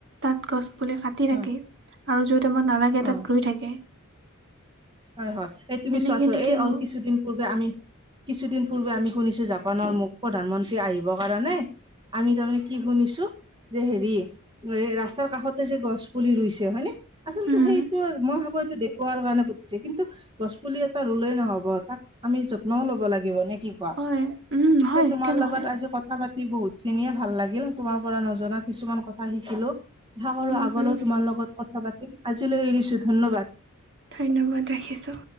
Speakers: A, on the right; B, on the right.
A: তাত গছ গছ পুলি কাটি থাকে
B: হয়
A: আৰু আমাক নালাগে তাত
B: অ।
A: ৰুই থাকে।
B: হয়, হয়। এই তুমি
A: এনেকে
B: চোৱাচোন
A: এনেকে
B: এই
A: হ'ব
B: কিছুদিন পূৰ্বে আমি কিছুদিন পূৰ্বে আমি শুনিছোঁ, জাপানৰ মু-প্ৰধানমন্ত্ৰী আহিবৰ কাৰণে আমি তাৰমানে কি শুনিছোঁ, যে হেৰি এই ৰাস্তাৰ কাষতে যে গছ পুলি ৰুইছে হয়নে? আচলতে
A: উম,
B: সেইটো মই ভাবোঁ, সেইটো দেখৱাৰ কাৰণে কিন্তু গছ পুলি এটা ৰুলেই নহ'ব তাক আমি যত্নও ল'ব লাগিব নে কি কোৱা।
A: হয়, উম,
B: পিছে
A: হয়,
B: তোমাৰ
A: কিয় নহয়?
B: লগত আজি কথা কথা পাতি বহুত খিনিয়ে ভাল লাগিল, তোমাৰ পৰা নজনা কিছুমান কথা শিকিলোঁ। আশা কৰোঁ
A: উম,
B: আগলৈ তোমাৰ লগত কথা পাতিম, আজিলৈ এৰিছোঁ ধন্যবাদ।
A: ধন্যবাদ, ৰাখিছোঁ।